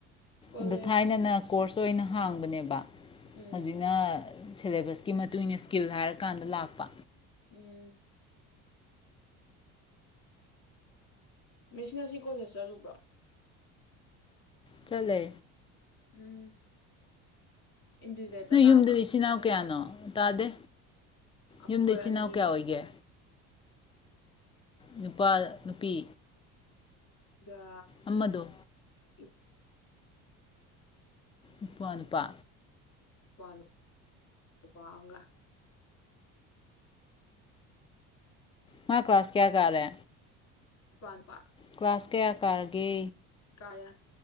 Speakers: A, on the left; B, on the left.
A: ꯀꯣꯂꯦꯖ
B: ꯑꯗ ꯊꯥꯏꯅꯅ ꯀꯣꯔꯁ ꯆꯣꯏꯅ ꯍꯥꯡꯕꯅꯦꯕ
A: ꯎꯝ
B: ꯍꯧꯖꯤꯛꯅ ꯁꯦꯂꯦꯕꯁꯀꯤ ꯃꯇꯨꯡ ꯏꯟꯅ ꯏꯁꯀꯤꯜ ꯍꯥꯏꯔꯀꯥꯟꯗ ꯂꯥꯛꯄ
A: ꯎꯝ ꯃꯤꯇꯤ ꯉꯁꯤ ꯀꯣꯂꯦꯖ ꯆꯠꯂꯨꯕꯔꯣ
B: ꯆꯠꯂꯦ
A: ꯎꯝ ꯏꯟꯗꯤꯖꯦꯠꯇ
B: ꯅꯣꯏ
A: ꯇꯥꯕ꯭ꯔꯣ
B: ꯌꯨꯝꯗꯗꯤ ꯏꯆꯤ ꯏꯅꯥꯎ ꯀꯌꯥꯅꯣ ꯇꯥꯗꯦ
A: ꯑꯩꯈꯣꯏ
B: ꯌꯨꯝꯗ ꯏꯆꯤꯜ
A: ꯑꯅꯤ
B: ꯏꯅꯥꯎ ꯀꯌꯥ ꯑꯣꯏꯒꯦ ꯅꯨꯄꯥ ꯅꯨꯄꯤ
A: ꯒ
B: ꯑꯃꯗꯣ
A: ꯏꯄꯋꯥ
B: ꯏꯄꯋꯥꯥꯅꯨꯄꯥ
A: ꯏꯄꯋꯥ ꯅꯨꯄꯥ ꯑꯃꯒ
B: ꯃꯥ ꯀ꯭ꯂꯥꯁ ꯀꯌꯥ ꯀꯥꯔꯦ
A: ꯢꯄꯋꯥ ꯅꯨꯄꯥ
B: ꯀ꯭ꯂꯥꯁ ꯀꯌꯥ ꯀꯥꯔꯒꯦ
A: ꯀꯥꯔꯦ